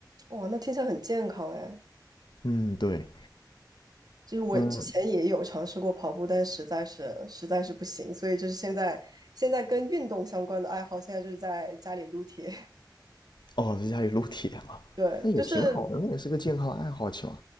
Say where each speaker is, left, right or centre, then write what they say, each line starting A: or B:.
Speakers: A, on the right (about 60°); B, on the left (about 75°).
A: 哇，那听起来很健康哎。
B: 嗯，对，
A: 就是我之前也有尝试过跑步，
B: 嗯，
A: 但实在是实在是不行，所以就是现在现在跟运动相关的爱好，现在就是在家里撸铁。
B: 哦，在家里撸铁嘛，
A: <laughs> 对，
B: 那也挺好的，
A: 就是
B: 那也是个健康的爱好，起码。